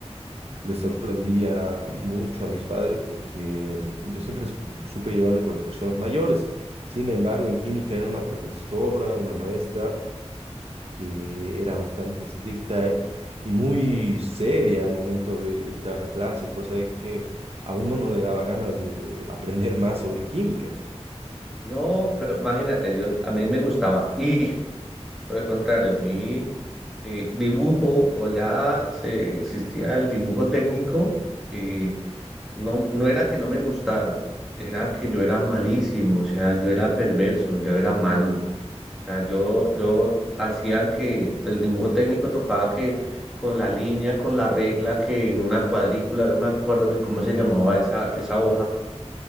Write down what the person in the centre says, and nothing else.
No, pero imagínate, yo a mí me gustaba y <laughs> Por el contrario, mi eh, dibujo, o ya se, existía el dibujo técnico, eh, no, no era que no me gustara, era que yo era malísimo, o sea, yo era perverso, yo era malo. O sea, yo, yo hacían que el dibujo técnico tocaba que con la línea, con la regla, que en una cuadrícula, no me acuerdo ni cómo se llamaba esa, esa hoja